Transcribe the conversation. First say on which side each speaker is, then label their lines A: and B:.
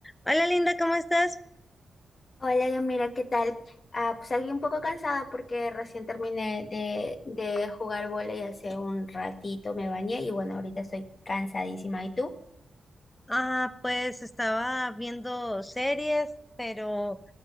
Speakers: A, on the left (about 20°); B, on the left (about 50°).
A: Hola Linda, ¿cómo estás?
B: Hola, yo mira, ¿qué tal? Ah, pues aquí un poco cansada porque recién terminé de, de jugar vóley hace un ratito, me bañé y bueno, ahorita estoy cansadísima. ¿Y tú?
A: Ah, pues estaba viendo series, pero